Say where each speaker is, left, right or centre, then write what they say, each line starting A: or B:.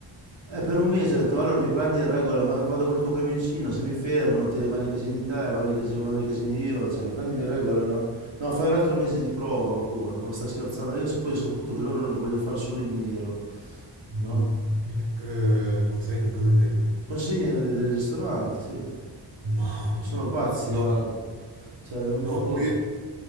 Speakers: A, on the right; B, on the right.
A: E per un mese
B: No,
A: ho detto, allora mi prendi in regola, ma vado col tuo camioncino, se mi fermano, te, vanno in casini te, vanno in casini, vado in casini io, cioè, prendimi in regola, no? No, fai un altro mese di prova ancora, ma sta scherzando, io so- poi ho saputo che loro non- vogliono fare solo in nero,
B: no.
A: no?
B: no, Mi- eh, consegni, cosa intendi?
A: Consegne del, del ristorante, sì,
B: Mamma.
A: sono pazzi,
B: No,
A: guarda, cioè, dopo...
B: no, qui...